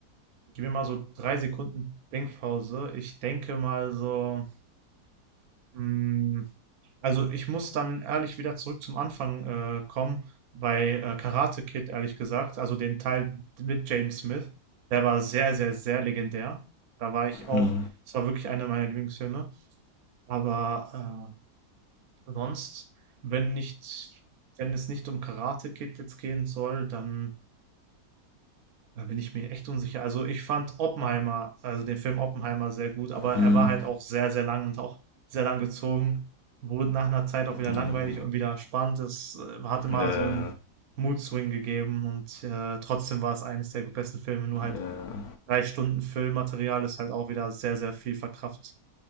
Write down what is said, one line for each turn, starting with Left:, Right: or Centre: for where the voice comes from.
Right: Gib mir mal so drei Sekunden Denkpause. Ich denke mal so, mh, also ich muss dann ehrlich wieder zurück zum Anfang äh, kommen bei äh, Karate Kid, ehrlich gesagt. Also den Teil mit James Smith. Der war sehr, sehr, sehr legendär. Da war ich auch,
Left: Hm.
Right: es war wirklich einer meiner Lieblingsfilme. Aber äh, sonst, wenn nicht, wenn es nicht um Karate Kid jetzt gehen soll, dann Da bin ich mir echt unsicher. Also ich fand Oppenheimer, also den Film Oppenheimer sehr gut, aber
Left: Hm.
Right: er war halt auch sehr, sehr lang und auch sehr lang gezogen. Wurde nach einer Zeit auch wieder
Left: Hm.
Right: langweilig und wieder spannend. Es äh, hatte mal
Left: Ja, ja,
Right: so einen Mood-Swing gegeben und äh, trotzdem war es eines der besten Filme. Nur halt
Left: ja.
Right: drei Stunden Filmmaterial ist halt auch wieder sehr, sehr viel verkraft.